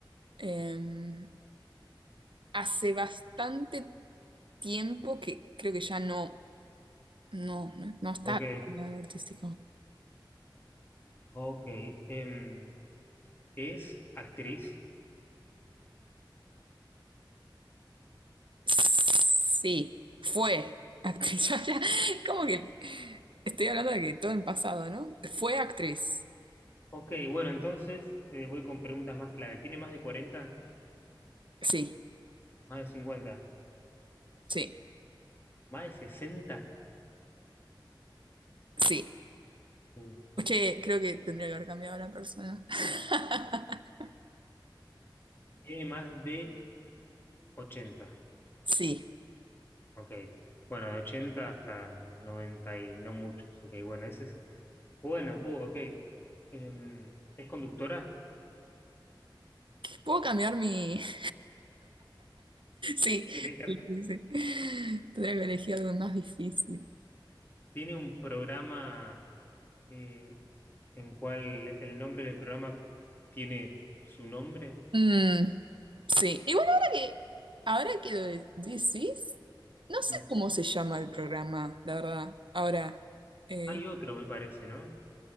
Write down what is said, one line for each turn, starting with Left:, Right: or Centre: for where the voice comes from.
Right: Em, hace bastante tiempo que creo que ya no, no, no no está
Left: Ok,
Right: en lo artístico.
Left: ok. em, ¿es actriz?
Right: Sí, fue actriz. <laughs> Ya, ya, como que estoy hablando de que todo en pasado, ¿no? Fue actriz.
Left: Ok, bueno, entonces eh, voy con preguntas más clave. ¿Tiene más de cuarenta,
Right: Sí,
Left: ¿Más de cincuenta,
Right: sí.
Left: ¿Más de sesenta,
Right: Sí,
Left: Uh,
Right: es que creo que tendría que haber cambiado la persona. <laughs>
Left: Tiene más de 80.
Right: Sí,
Left: Ok. Bueno, de 80 hasta 90 y no muchos. Ok, bueno, ese es... Bueno, uh, ok. Em, ¿es conductora?
Right: puedo cambiar mi... <laughs> Sí,
Left: ¿Tiene
Right: sí, sí. sí. Tendría que elegir algo más difícil.
Left: tiene un programa... eh, en cual el nombre del programa tiene su nombre.
Right: Mm, sí, igual ahora que, ahora que lo de- decís, no sé
Left: Mm.
Right: cómo se llama el programa, la verdad. Ahora, eh,
Left: Hay otro, me parece, ¿no?